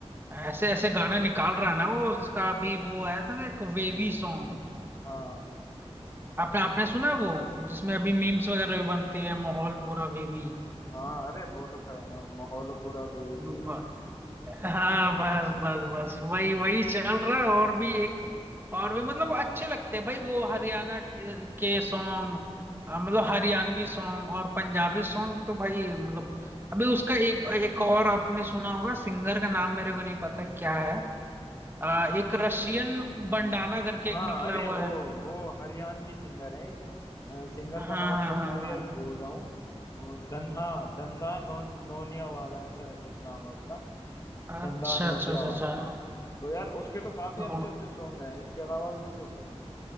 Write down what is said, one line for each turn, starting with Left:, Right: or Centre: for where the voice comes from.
Right: ऐसे ऐसे गाना निकाल रहा है ना वो उसका अभी वो आया था ना एक वेवी सॉन्ग
Left: हाँ
Right: आपने आपने सुना है वो जिसमें अभी मीम्स वगैरह भी बनती है माहौल पूरा बेबी
Left: हाँ अरे बहुत अच्छा गाना वो, माहौल पूरा वेवी
Right: ब- हाँ
Left: वो
Right: बस बस बस वही वही चल रहा है और भी एक और भी मतलब अच्छे लगते हैं भाई वो हरियाणा के सॉन्ग मतलब हरियाणवी सॉन्ग और पंजाबी सॉन्ग तो भाई मतलब अभी उसका एक एक और आपने सुना होगा सिंगर का नाम मेरे को नहीं पता क्या है आ, एक रशियन बंडाना करके
Left: हाँ
Right: एक निकला
Left: अरे
Right: हुआ
Left: वो
Right: है
Left: वो हरियाणवी सिंगर है एक सिंगर
Right: हाँ
Left: का नाम
Right: हाँ
Left: तो मैं
Right: हाँ
Left: भी अभी भूल रहा हूँ वो धन्हा धंधा नो, नोनिया वाला ऐसा है कुछ नाम है उसका
Right: हाँ
Left: धंधा
Right: अच्छा
Left: नोंदिया
Right: अच्छा अच्छा अच्छा
Left: वाला तो यार उसके तो काफी अच्छे
Right: ओह,
Left: अच्छे सॉन्ग हैं इसके अलावा भी उसके सॉन्ग हैं